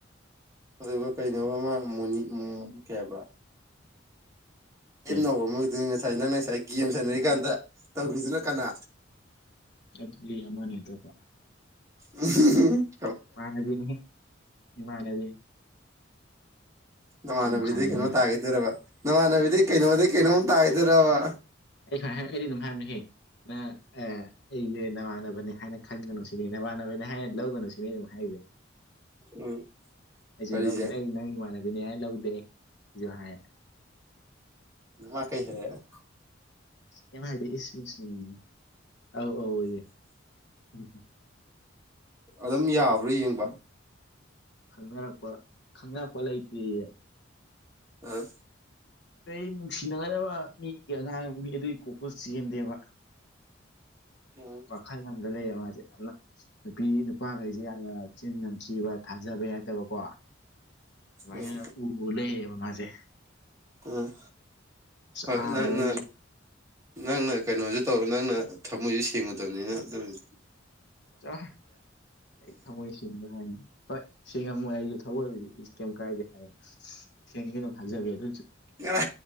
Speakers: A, on the right; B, on the left.
A: ꯑꯗꯨꯒ ꯀꯩꯅꯣꯕ ꯃꯥꯅ ꯃꯣꯅꯤ ꯎꯝ ꯀꯩ ꯍꯥꯏꯕ
B: ꯀꯩ
A: ꯑꯦꯝꯅ ꯍꯧꯕ ꯑꯃꯗꯨꯅ ꯉꯁꯥꯏ ꯅꯪꯅ ꯉꯁꯥꯏ ꯒꯦꯝ ꯁꯥꯟꯅꯔꯤꯀꯥꯟꯗ ꯇꯧꯒ꯭ꯔꯤꯗꯨꯅ ꯀꯅꯥ
B: ꯑꯗꯨꯗꯤ ꯑꯃꯅꯤ ꯑꯇꯣꯞꯄ
A: ꯎꯝ ꯍꯤ ꯍꯤ
B: ꯏꯃꯥꯟꯅꯕꯤꯅꯤꯍꯦ ꯏꯃꯥꯅꯕꯤꯅꯤ
A: ꯅꯃꯥꯟꯅꯕꯤꯗꯩ
B: ꯁꯨꯝ ꯈꯥꯏꯕꯅꯤ
A: ꯀꯩꯅꯣ ꯇꯥꯒꯤꯗꯣꯏꯔꯥꯕ ꯅꯃꯥꯟꯅꯕꯤꯗꯩ ꯀꯩꯅꯣꯗꯩ ꯀꯩꯅꯣ ꯃꯨꯛ ꯇꯥꯒꯤꯗꯣꯏꯔꯥꯕ
B: ꯑꯩ ꯁꯨꯃꯥꯏ ꯍꯥꯏ ꯑꯩꯗꯤ ꯑꯗꯨꯝ ꯍꯥꯏꯕꯅꯦꯍꯦ ꯅꯪ ꯑ ꯑꯩꯖꯦ ꯅꯃꯥꯟꯅꯕꯅꯦ ꯍꯥꯏꯅ ꯈꯟꯒꯅꯨ ꯁꯤꯅꯤ ꯅꯕꯥꯥꯟꯅꯕꯅꯤ ꯍꯥꯏꯔ ꯂꯧꯒꯅꯨ ꯁꯤꯅꯤ ꯑꯩꯅ ꯑꯃꯨꯛ ꯍꯥꯏꯔꯤꯁꯦ
A: ꯎꯝ
B: ꯑꯩꯖꯧ
A: ꯋꯥꯔꯤꯁꯦ
B: ꯂꯧꯗꯦ ꯑꯩ ꯅꯪ ꯏꯃꯥꯟꯅꯕꯤꯅꯦ ꯍꯥꯏꯅ ꯂꯧꯗꯦ ꯑꯩꯖꯨ ꯍꯥꯏ
A: ꯑꯗꯨ ꯃꯥ ꯀꯩ ꯍꯥꯏꯔꯛꯑꯦ
B: ꯀꯦꯏꯝ ꯍꯥꯏꯗꯦ ꯏꯁ ꯏꯁꯤ ꯎꯝ ꯑꯧ ꯑꯧ ꯌꯦ ꯎꯝ
A: ꯑꯗꯨꯝ ꯌꯥꯕ꯭ꯔꯣ ꯌꯦꯡꯕ
B: ꯈꯪꯅꯔꯛꯄ ꯈꯪꯅꯔꯛꯄ ꯂꯩꯇꯦꯌꯦ
A: ꯑ
B: ꯑꯩꯩ ꯅꯨꯡꯁꯤꯅꯒꯗꯕ ꯃꯤꯒꯤ ꯑꯉꯥꯡ ꯃꯤ ꯑꯗꯨꯏ ꯀꯣꯛꯇꯨ ꯆꯦꯟꯗꯦꯕ
A: ꯎꯝ
B: ꯋꯥꯈꯜ ꯑꯝꯗ ꯂꯩꯔꯦ ꯃꯥꯖꯦ ꯌꯥꯝꯅ ꯅꯨꯄꯤ ꯅꯨꯄꯥꯈꯩꯁꯦ ꯌꯥꯝꯅ ꯆꯤꯟ ꯌꯥꯝ ꯊꯤꯕ ꯊꯥꯖꯕ ꯌꯥꯗꯕ ꯀꯣ ꯁꯨꯃꯥꯏꯅꯅ
A: ꯎꯝ
B: ꯎ ꯂꯩꯔꯦꯕ ꯃꯥꯖꯦ
A: ꯎꯝ ꯍꯣꯏ
B: ꯑꯍꯥꯟꯕꯗꯕꯨꯗꯤ
A: ꯅꯪꯅ ꯅꯪꯅ ꯀꯩꯅꯣꯖꯨ ꯇꯧ ꯅꯪꯅ ꯊꯃꯣꯏꯖꯨ ꯁꯦꯡꯉꯨꯗꯕꯅꯤꯅ ꯑꯗꯨꯏꯅꯤ
B: ꯆꯠꯂꯣꯍꯦ ꯑꯩ ꯊꯝꯃꯣꯏ ꯁꯦꯡꯗꯦ ꯍꯥꯏꯅꯦ ꯍꯣꯏ ꯁꯤꯡꯉꯝꯃꯣꯏ ꯑꯩꯖꯨ ꯊꯝꯃꯣꯏꯕꯨꯗꯤ ꯏꯁ ꯀꯦꯏꯝ ꯀꯥꯏꯗꯦ ꯍꯥꯏꯌꯦ ꯁꯦꯡꯗꯦ ꯑꯗꯨꯝ ꯍꯥꯏꯖꯒꯦ ꯑꯗꯣꯏꯁꯨ
A: ꯀꯔ